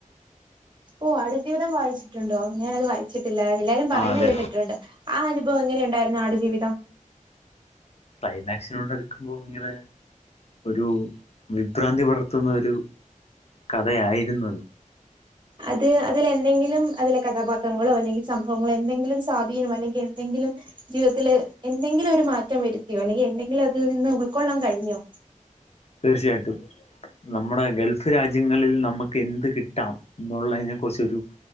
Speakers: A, on the right; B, on the left.
A: ഓ ആട്ജീവിതം വായിച്ചിട്ടുണ്ടോ ഞാാനത് വായിച്ചിട്ടില്ല എല്ലാവരും പറയുന്നത്
B: ആഹ് അതെ
A: കേട്ടിട്ടുണ്ട് ആ അനുഭവം എങ്ങനെ ഉണ്ടായിരുന്നു ആട്ജീവിതം
B: ക്ലൈമാക്സിനോട്‌ അടുക്കുമ്പോൾ ഭയങ്കര ഒരു വിഭ്രാന്തി വളർത്തുന്ന ഒരു കഥയായിരുന്നു അത്
A: അത് അതിൽ എന്തെങ്കിലും അതിലെ കഥാപാത്രങ്ങളോ അല്ലെങ്കിൽ സംഭവങ്ങളോ എന്തെങ്കിലും സ്വാധീനം അല്ലെങ്കിൽ എന്തെങ്കിലും ജീവിതത്തില് എന്തെങ്കിലും ഒരു മാറ്റം വരുത്തിയോ അല്ലെങ്കിൽ എന്തെങ്കിലും അതിൽ നിന്ന് ഉൾക്കൊള്ളാൻ കഴിഞ്ഞോ?
B: തീർച്ചയായിട്ടും നമ്മുടെ ഗൾഫ് രാജ്യങ്ങളിൽ നമുക്ക് എന്ത് കിട്ടാം എന്നുള്ളതിനെ കുുറിച്ചൊരു